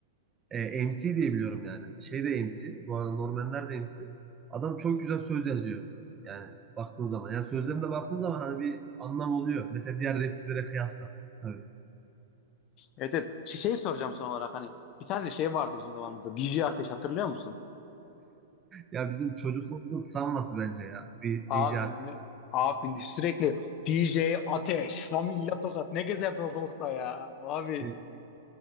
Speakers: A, on the right; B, on the left.
A: E, MC diye biliyorum yani. Şey de MC. Bu arada Norm Ender de MC. Adam çok güzel söz yazıyor. Yani baktığın zaman. Yani sözlerine baktığın zaman hani bir anlam oluyor. Mesela diğer rapçilere kıyasla. Tabii.
B: Evet, evet. Şey- Şeyi soracağım son olarak hani bir tane şey vardı bizim zamanımızda. DJ Ateş hatırlıyor musun?
A: Ya bizim çocukluğumuzun travması bence ya.
B: Abi
A: DJ Ateş.
B: ne, abi sürekli DJ Ateş, Familya Tokat ne gezerdi ortalıkta ya. Abi
A: E,